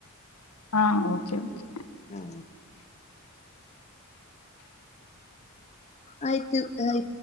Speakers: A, on the left; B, on the left.
A: ಹಾ ಓಕೆ ಕೆ
B: ಹಾ ಆಯ್ತು ಆಯ್ತು